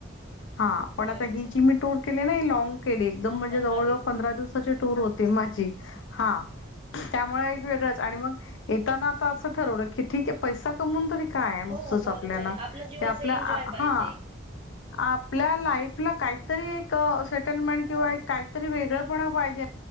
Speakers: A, on the left; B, on the right.
A: हा पण
B: नवीन
A: आता ही
B: काही
A: जी मी टूर केली ना लँग. केली एकदंम
B: हो
A: म्हणजे
B: पंधरा
A: जवळ जवळ पंधरा दिवसाची टूर होती माजी हा त्यामुळे. ग येता आता. ठरव की ठीक आहे पैसा कमवून तरी काय
B: हो
A: नुसतंच
B: बरोबर
A: आपल्याना
B: आहे आपल्या जीवाचा
A: आपल्या
B: एन्जॉय
A: हा.
B: <inaudible>
A: आपल्या लाईफला काहीतरी एक. सेटलमेंट किंवा
B: हो
A: काहीतरी वेगळं पण पाहिजे.